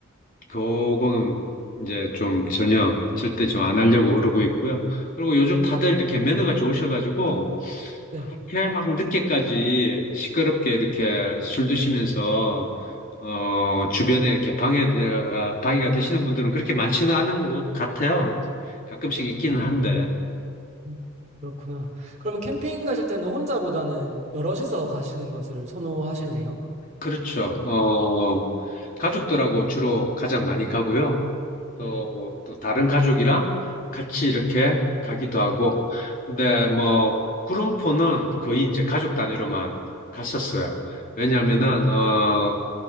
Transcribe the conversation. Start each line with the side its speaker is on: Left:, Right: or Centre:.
Left: 그거는 이제 좀 전혀 절대 좀 안 하려고 그러고 있고요. 그리고 요즘 다들 이렇게 매너가 좋으셔가지고
Right: 네.
Left: 그렇게 막 늦게까지 시끄럽게 이렇게 술 드시면서 어 주변에 이렇게 방해가 방해가 되시는 분들은 그렇게 많지는 않은 것 같아요. 가끔씩
Right: 음,
Left: 있기는 한데
Right: 음, 그렇구나. 그러면 캠핑 가실 때는 혼자보다는 여럿이서 가시는 것을 선호하시네요.
Left: 그렇죠. 어 가족들하고 주로 가장 많이 가고요. 또,
Right: 네.
Left: 또 다른 가족이랑 같이 이렇게 가기도 하고. 근데 뭐, 구름포는 거의 이제 가족 단위로만 갔었어요. 왜냐면은,
Right: 음,
Left: 어,